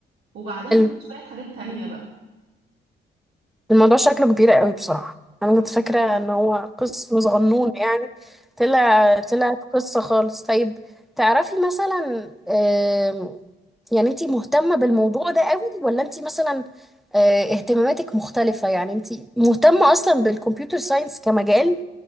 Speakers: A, on the right; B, in the centre.
A: وبعدها
B: حلو
A: بيجي شويه حاجات تانية بقى
B: الموضوع شكله كبير قوي بصراحة
A: <laughs>
B: انا كنت فاكرة ان هو قسم صغنون يعني طلع طلعت قصة خالص طيب تعرفي مثلا آم، يعني انتي مهتمة بالموضوع ده قوي ولا انتي مثلا آه، اهتماماتك مختلفة يعني انتي مهتمة اصلا بالكمبيوتر ساينس كمجال